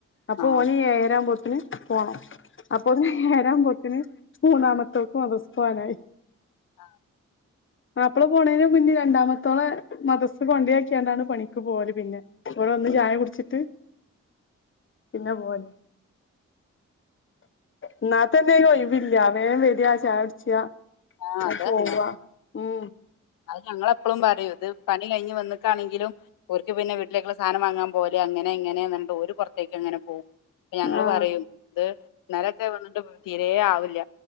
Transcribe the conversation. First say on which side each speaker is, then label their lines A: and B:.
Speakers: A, on the left; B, on the left.
A: അപ്പൊ
B: ആഹ്
A: ഓന് ഏയരാവുമ്പോത്തിന് പോണം അപ്പൊ ഏരാവുമ്പോത്തിന് മൂന്നാമത്തോക്ക് മദ്രസ്സ പോവാനായി
B: ആഹ്
A: മാപ്പള പോണേനെ മുന്നേ രണ്ടാമത്തോളെ മദ്രസ്സെ കൊണ്ടിയാക്കിയാണ്ടാണ് പണിക്ക് പോവല് പിന്നെ ഓള് വന്ന് ചായ കുടിച്ചിട്ട് പിന്നെ പോവല് ഇന്നാത്തന്നെ ഒരൊയിവില്ല വേം വെരാ ചായ കുടിച്ചാ
B: ആഹ്
A: ഞാൻ
B: അത്
A: പോവാ
B: തന്നെ
A: ഉം
B: അത് ഞങ്ങളെപ്പളും പറയും ഇത് പണി കഴിഞ്ഞ് വന്ന്ക്കാണെങ്കിലും ഓര്ക്ക് പിന്നെ വീട്ടിലേക്കുള്ള സാധനം വാങ്ങാൻ പോവല് അങ്ങനെ ഇങ്ങനെ പറഞ്ഞിട്ട് ഓര് പൊറത്തേക്ക് അങ്ങനെ പോകും അപ്പ ഞങ്ങള്
A: ആഹ്
B: പറയും ഇത് ഇന്നലൊക്കെ <unintelligible> തീരേ ആവില്ല